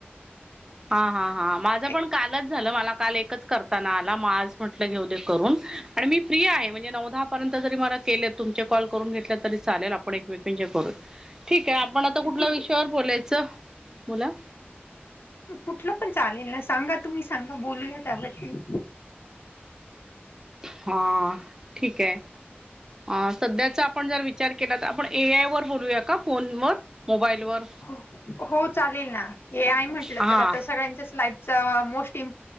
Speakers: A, on the right; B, on the left.
A: हा. हा. हा. माझ
B: ए-
A: पण कालच झाल मला काल एकच करता नाय आला. मग आज म्हटल घेऊ ते करून. आणि मी फ्री आहे म्हणजे नऊ दहा आता जरी मला केलेत तुमचे कॉल करून घेतले तरी चालेल आपण एक मेकांचे करूया. ठिक आपण आता कुठल्या
B: ठीक
A: विषयावर
B: आहे.
A: बोलायचं. बोला.
B: कुठलं पण चालेल ना. सांगा तुम्ही सांगा. बोलूया त्यावरती.
A: हा ठीक आहे. हा सध्याचा आपण जरा विचार केला. तर आपण ए. आय. वर बोलूया का फोनवर मोबाईलवर.
B: हो हो चालेल ना. हे म्हटलं
A: हा
B: तर आता सगळ्यांच्याच लाईफचा मोस्ट इम